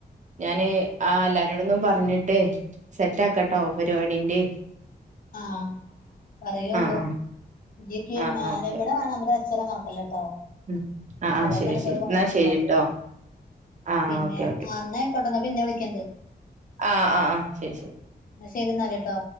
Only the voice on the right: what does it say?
ഞാന് ആ എല്ലാരോടൊന്നും പറഞ്ഞിട്ടേ സെറ്റ് ആക്കട്ടോ പരിപാടീന്റെ
ആഹ് ആഹ്
ആഹ്
ആഹ്
ഉം ആ ആ
ശരി
ശരി
എന്നാ ശരിട്ടോ
ആ
ഓക്കെ ഓക്കെ
ആ ആ ആ ശരി ശരി